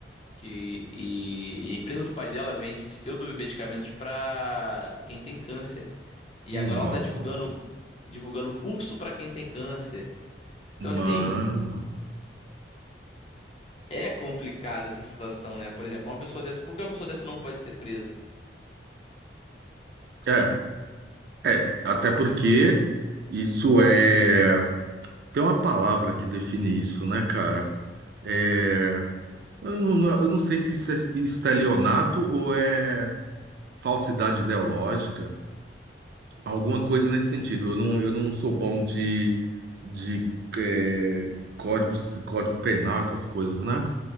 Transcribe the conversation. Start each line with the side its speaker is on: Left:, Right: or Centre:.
Left: Que, e, e a empresa do pai dela vende pseudomedicamentos para quem tem câncer. E
Right: Nossa,
Left: agora ela tá divulgando, divulgando curso para quem tem câncer. Então, assim,
Right: mano.
Left: é complicada essa situação, né? Por exemplo, uma pessoa dessa. Por que uma pessoa dessa não pode ser presa?
Right: É, é. Até porque isso é. Tem uma palavra que define isso, né, cara? É, Eu não, eu não sei se isso é estelionato ou é falsidade ideológica. Alguma coisa nesse sentido. Eu não, eu não sou bom de, de é, códigos, código penal, essas coisas, né?